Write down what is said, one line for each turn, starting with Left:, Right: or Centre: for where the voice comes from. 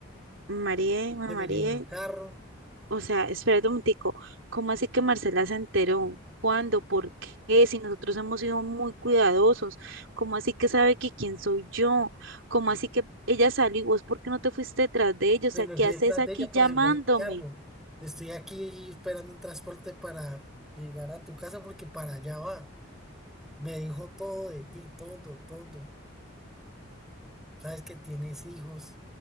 Right: Me mareé, me
Centre: Se
Right: mareé.
Centre: me llevó el carro,
Right: O sea, espérate un momentico. ¿Cómo así que Marcela se enteró? ¿Cuándo? ¿Por qué? Si nosotros hemos sido muy cuidadosos. ¿Cómo así que sabe que quién soy yo? ¿Cómo así que ella salió y vos por qué no te fuiste detrás de ella? O
Centre: se
Right: sea,
Centre: me
Right: ¿qué
Centre: fui
Right: haces
Centre: detrás
Right: aquí
Centre: de ella, pero
Right: llamándome?
Centre: se fue en el carro. Estoy aquí esperando un transporte para llegar a tu casa porque para allá va. Me dijo todo de ti, todo, todo. Sabes que tienes hijos.